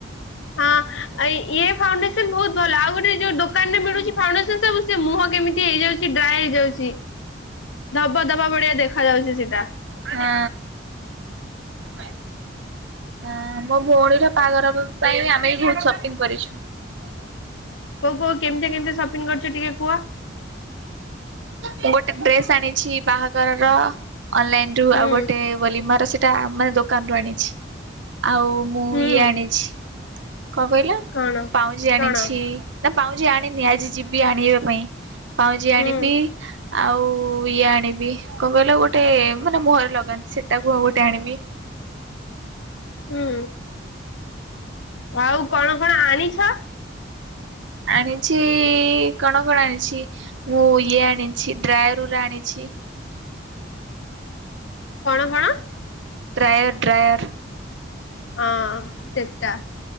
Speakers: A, on the left (about 85°); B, on the right (about 75°).
A: ହଁ ଇଏ ଫାଉଣ୍ଡେସନ ବହୁତ ଭଲ ଆଉ ଗୋଟେ ଯୋଉ ଦୋକାନରେ ମିଳୁଚି ଫାଉଣ୍ଡେସନ ସବୁ ସେ ମୁହଁ କେମିତି ହେଇଯାଉଚି ଡ୍ରାଏ ହେଇଯାଉଚି ଧବା ଧବା ବଡିିଆ ଦେଖା ଯାଉଚି ସେଠି
B: ହୁଁ <unintelligible> ହ ମୋ ଭଉଣୀର ପାଘର ପାଇଁ ଆମେ ବହୁତ ସପିଙ୍ଗ କରିଛୁ। <unintelligible>
A: କୋଉ କୋଉ କେମିତି କେମିତି ସପିଂ କରୁଛୁ ଟିକେ କୁହ
B: ଗୋଟେ ଡ୍ରେସ୍ ଆଣିଛି ବାହାଘରର ଅନଲାଇନ ରୁ
A: ହୁଁ
B: ଆଉ ଗୋଟେ ବୋଲି ମୋର ସେଟା ମାନେ ଦୋକାନ ରୁ ଆଣିଛି। ଆଉ ମୁଁ
A: ହୁଁ
B: ଇଏ ଆଣିଛି। କଣ କହିଲ
A: କଣ
B: ପାଉଁଜି ଆଣିଛି
A: କଣ
B: ନା ପାଉଁଜି ଆଣିନି ଆଜି ଯିବି ଆଣିବା ପାଇଁ ପାଉଁଜି
A: ହୁଁ
B: ଆଣିବି ଆଉ ଇଏ ଆଣି କଣ କହିଲ ଗୋଟେ ମାନେ ମୁହଁରେ ଲଗାନ୍ତି ସେଟାକୁ ଆଉ ଗୋଟେ ଆଣିବି
A: ହୁଁ ଆଉ କଣ କଣ ଆଣିଛ?
B: ଆଣିଛି କଣ କଣ ଆଣିଛି ମୁଁ ଇଏ ଆଣିଛି ଡ୍ରାୟୁରୁର୍ ଆଣିଛି।
A: କଣ କଣ?
B: ଡ୍ରାୟର୍ ଡ୍ରାୟର୍
A: ହଁ ସେଟା